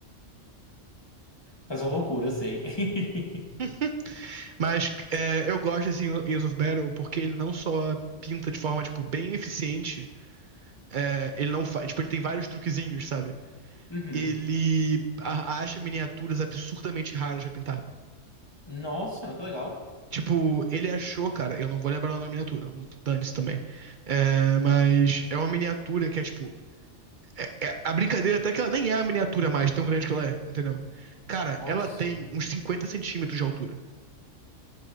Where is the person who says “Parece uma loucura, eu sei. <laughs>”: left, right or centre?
Left